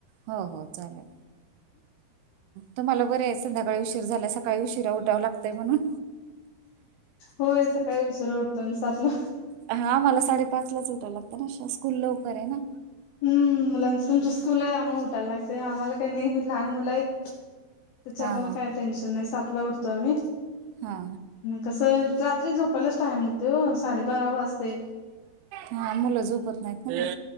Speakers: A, on the right (about 80°); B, on the left (about 75°).
A: हो... हो... चालेल. तुम्हाला बरे आहे. संध्याकाळी उशीर झाल्या. सकाळी उशीरा उठावं लागतंय म्हणून?
B: होय... सकाळी उशिरा उठतो आणि सातला.
A: हा, मला साडेपाच ला ऊटावं लागतं. ना स्कूल लवकर आहे ना.
B: हम्... मुलांचं तुमच स्कूल आहे. आम्हा उठायला लागत. आम्हाला काही नाही, लहान मुलं आहे. त्याच्यामुळे
A: हा हा
B: काय टेन्शन नाही. साातला उठ तो आम्ही.
A: हा.
B: कसं रात्री झोपायलाच टाइम होते ओ साडेबारा वाजतेय.
A: हा मुलं झोपत नाहीत ना